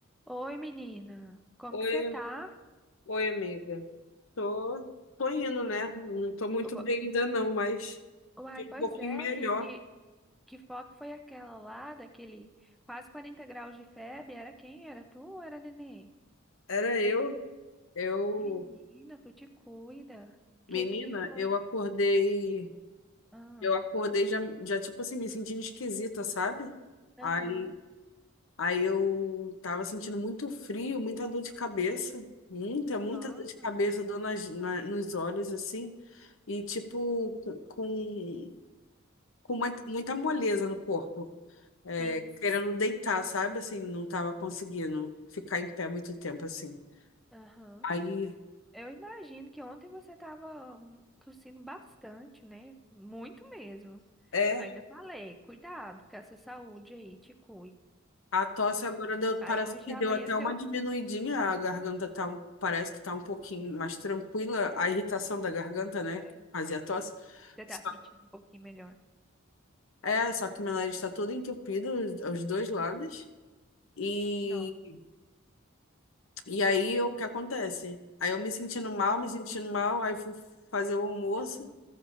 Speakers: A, in the centre; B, on the left (about 70°).
A: Oi, menina. Como
B: Oi,
A: que você tá?
B: oi, amiga. Tô, tô indo, né? Não tô muito
A: Ua-
B: bem ainda não, mas
A: Uai,
B: fiquei
A: pois
B: um pouquinho
A: é,
B: melhor.
A: que, que, que foto foi aquela lá, daquele quase 40 graus de febre? Era quem? Era tu ou era neném?
B: Era eu, eu,
A: Menina, tu te cuida.
B: menina,
A: Que que foi?
B: eu acordei,
A: Ah,
B: eu acordei já, já tipo assim, me sentindo esquisita, sabe?
A: aham.
B: Aí, aí eu tava sentindo muito frio, muita dor de cabeça, muita, muita
A: Nossa,
B: dor de cabeça,
A: amiga.
B: dor nas, na- nos olhos, assim, e tipo, com, com com uma- muita moleza no corpo. é,
A: Sim,
B: querendo
A: sim.
B: deitar, sabe? Assim, não tava conseguindo ficar em pé muito tempo, assim.
A: Aham.
B: Aí,
A: Eu imagino que ontem você tava hum, tossindo bastante, né? Muito mesmo.
B: é,
A: Ainda falei, cuidado com essa saúde aí, te cuida.
B: a tosse agora deu-
A: Aí
B: parece
A: hoje
B: que
A: já
B: deu
A: amanheceu,
B: até uma diminuidinha, a garganta tá, um- parece que tá um pouquinho mais tranquila, a irritação da garganta, né?
A: É,
B: Fazia tosse.
A: você tá
B: Só-
A: sentindo um pouquinho melhor.
B: é, só que meu nariz está todo entupido, os, os dois lados. E,
A: Nossa.
B: e aí, o que acontece? Aí eu me sentindo mal,
A: Hum,
B: me sentindo mal, aí fui fazer o almoço.
A: aham.